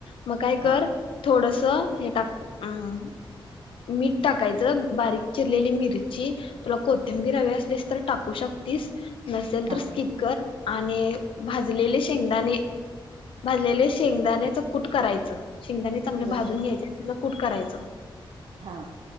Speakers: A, on the left; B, on the right.
A: मग काय
B: हा
A: कर, थोडस हे टाक अं मीठ टाकायचं, बारीक चिरलेली मिरची, तुला कोथिंबीर हवी असलीस तर टाकू शक तीस. नसेल
B: हा
A: तर स्किप कर आणि भाजलेले शेंगदाणे. भाजलेले शेंगदाण्याचं कूट करायचं. शेंगदानी चांगले
B: बर
A: भाजून घ्यायचे, <unintelligible> कूट करायचं.
B: हा.